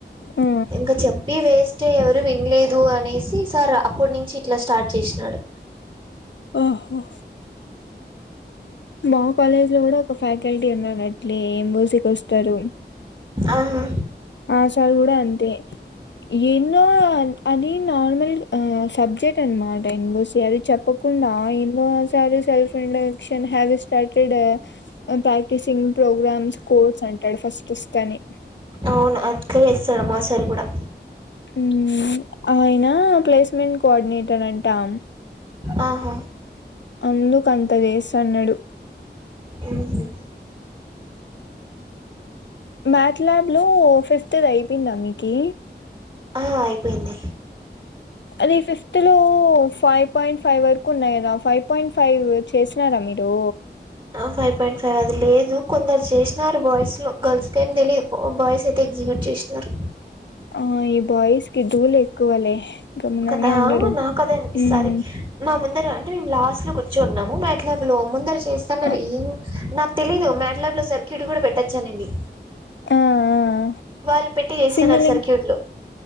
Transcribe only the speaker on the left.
ఆ
ఓహో మా కాలేజీలో కూడా ఒక ఫ్యాకల్టీ ఉన్నారు అట్లే మూసేకి వస్తారు
ఆ సార్ కూడా అంతే ఎన్నో అది నార్మల్ ఆ సబ్జెక్ట్ అనమాట ఎన్ ఓ సి అది చెప్పకుండా ఎన్నోసారి self instruction. Can have a started ఆ ప్రాక్టీసింగ్ ప్రోగ్రామ్స్ కోడ్స్ అంటాడు ఫస్ట్ వస్ తానే
మ్మ ఆయనా ప్లేస్మెంట్ కోఆర్డినేటర్ అంటా
అందుకు అంత చేస్సన్నాడు
మ్యాథ్ ల్యాబ్ లో ఫిఫ్త్ది అయిపోయిందా మీకి.
అది ఫిఫ్త్ లో ఫైవ్ పాయింట్ ఫైవ్ వరకు ఉన్నాయి కదా ఫైవ్ పాయింట్ ఫైవ్ చేసినారా మీరు,
ఆ ఈ బాయ్స్ కి ధూలు ఎక్కువలే గమ్ముననే
ఉండరు
ఉమ్
ఆ
ఆ ఆ ఆ
సిమ్మిలింగ్